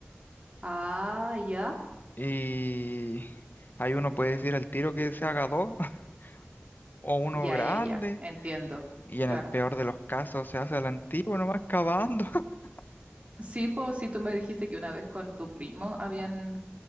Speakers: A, on the right (about 35°); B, on the left (about 50°).
A: Ah, ya,
B: Y ahí uno puede decir al tiro que se haga dos <laughs> o uno
A: ya,
B: grande.
A: ya, ya, entiendo,
B: Y en
A: claro.
B: el peor de los casos se hace al antiguo nomás cavando. <laughs>
A: Sí, pues si tú me dijiste que una vez con tu primo habían